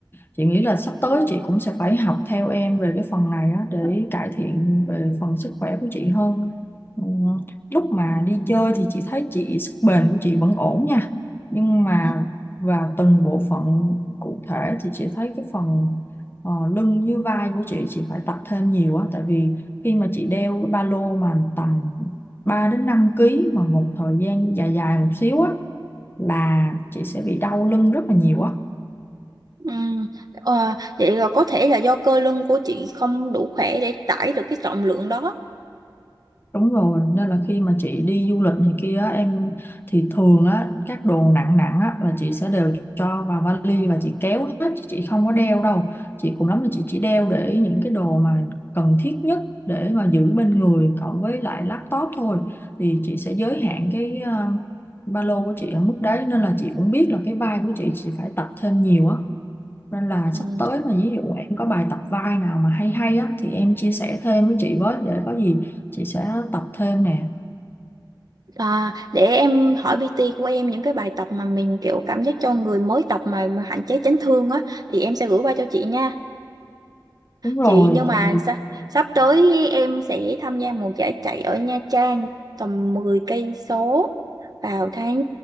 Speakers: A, on the left (about 25°); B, on the right (about 55°).
A: chị nghĩ là sắp tới chị cũng sẽ phải học theo em về cái phần này á, để cải thiện về phần sức khỏe của chị hơn. Ừ, Lúc mà đi chơi thì chị thấy chị sức bền của chị vẫn ổn nha nhưng mà
B: Ừ.
A: và từng bộ phận cụ thể thì chị thấy cái phần Ờ, lưng như vai của chị chị phải tập thêm nhiều á tại vì khi mà chị đeo cái ba lô mà tầm 3 đến 5 ký mà một thời gian dài dài một xíu á là chị sẽ bị đau lưng rất là nhiều á
B: Ừ. Ờ, vậy là có thể là do cơ lưng của chị không đủ khỏe để tải được cái trọng lượng đó.
A: Đúng rồi, nên là khi mà chị đi du lịch này kia á, em thì thường á các đồ nặng nặng á là chị sẽ đều cho vào vali và chị kéo hết chứ chị không có đeo đâu. Chị cùng lắm là chị chỉ đeo để những cái đồ mà cần thiết nhất để mà giữ bên người cộng với lại laptop thôi. Thì chị sẽ giới hạn cái ờ, ba lô của chị ở mức đấy nên là chị cũng biết là cái vai của chị chị phải tập thêm nhiều á. Nên là sắp
B: Ừ.
A: tới mà ví dụ em có bài tập vai nào mà hay hay á thì em chia sẻ thêm với chị với để có gì chị sẽ tập thêm nè.
B: À, để em hỏi PT của em những cái bài tập mà mình kiểu cảm giác cho người mới tập mà, mà hạn chế chấn thương á thì em sẽ gửi qua cho chị nha.
A: Đúng rồi,
B: Chị nhưng mà
A: tại vì
B: sa- sắp tới em sẽ tham gia một giải chạy ở Nha Trang tầm 10 cây số vào tháng